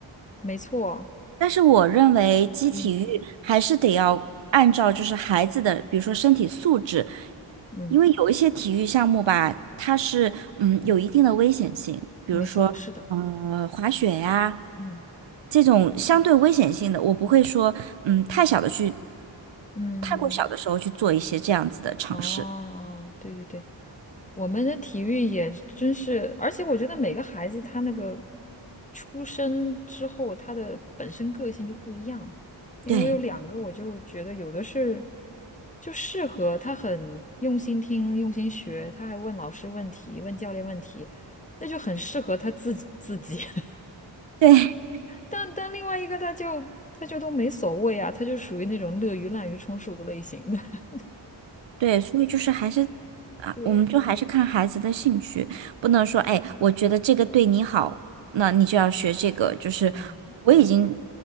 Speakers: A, on the left (about 15°); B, on the right (about 70°).
A: 没错，
B: 但是我认为基体育还是得要按照就是孩子的，
A: 嗯
B: 比如说身体素质，
A: 嗯，
B: 因为有一些体育项目吧，它是嗯有一定的危险性，比如说呃滑雪呀
A: 没错，是的，嗯
B: 这种相对危险性的，我不会说嗯太小的去，
A: 嗯。
B: 太过小的时候去做一些这样子的尝试。
A: 哦，对对对，我们的体育也真是，而且我觉得每个孩子他那个出生之后，他的本身个性就不一样。因为我有两个，
B: 对
A: 我就觉得有的是就适合他很用心听、用心学，他还问老师问题、问教练问题，那就很适合他自己自己。<laughs>
B: 对
A: 但但另外一个他就他就都没所谓啊，他就属于那种乐于滥竽充数的类型的。<laughs>
B: 对，所以就是还是。
A: 对，
B: 我们就还是看孩子的兴趣，不能说，哎，我觉得这个对你好，那你就要学这个。就是我已经
A: 嗯